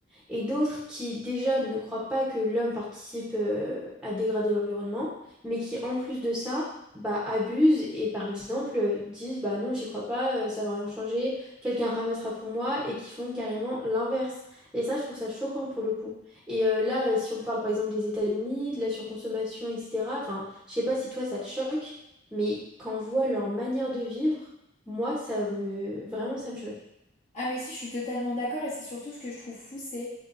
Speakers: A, in the centre; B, on the left.
A: et d'autres qui déjà ne croient pas que l'homme participe euh, à dégrader l'environnement, mais qui en plus de ça, bah, abusent et par exemple euh, disent bah non, j'y crois pas, euh, ça va rien changer, quelqu'un ramassera pour moi, et qui font carrément l'inverse. Et ça, je trouve ça choquant pour le coup. Et euh, là, euh, si on parle par exemple des États-Unis, de la surconsommation, etc., enfin, je sais pas si toi ça te choque, mais quand on voit leur manière de vivre, moi, ça me... Vraiment, ça me choque.
B: Ah mais si, je suis totalement d'accord et c'est surtout ce que je trouve fou, c'est